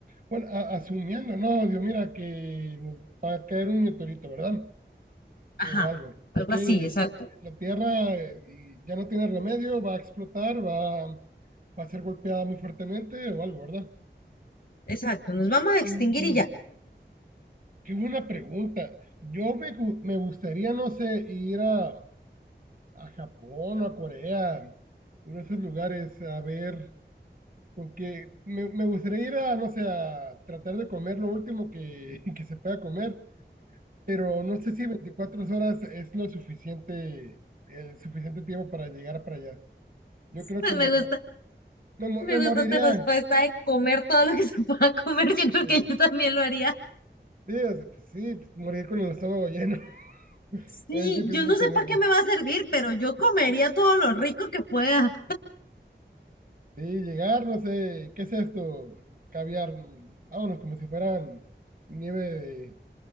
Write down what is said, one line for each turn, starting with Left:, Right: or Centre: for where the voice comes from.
Right: bueno, a- asumiendo, no, Dios, mira que nos va a caer un meteorito, ¿verdad?
Left: Ajá,
Right: O algo,
Left: algo
Right: ¿ok?
Left: así,
Right: eh,
Left: exacto
Right: La Tierra eh, y ya no tiene remedio, va a explotar, va, va a ser golpeada muy fuertemente o algo, ¿verdad?
Left: Exacto, nos vamos a extinguir
Right: Mm,
Left: y ya.
Right: qué buena pregunta. Yo me, gu- me gustaría, no sé, ir a, a Japón o a Corea, uno de esos lugares, a ver. Con que me, me gustaría ir a, no sé, a tratar de comer lo último que, <laughs> que se pueda comer, pero no sé si 24 horas es lo suficiente, el suficiente tiempo para llegar para allá. Yo creo
Left: Pues
Right: que
Left: me
Right: me,
Left: gusta,
Right: me, mo-
Left: me
Right: me moriría.
Left: gusta tu respuesta de comer todo lo que <laughs> se pueda comer. Yo creo
Right: Sí,
Left: que yo también lo haría.
Right: sí, o sea, pues sí, pues, morir con el estómago lleno. <laughs>
Left: Sí,
Right: Es mi primer
Left: yo no
Right: pensamiento.
Left: sé para qué me va a servir, pero yo comería todo lo rico que pueda.
Right: Sí, llegar, no sé, ¿qué es esto? Caviar, mm, vámonos, como si fueran nieve de,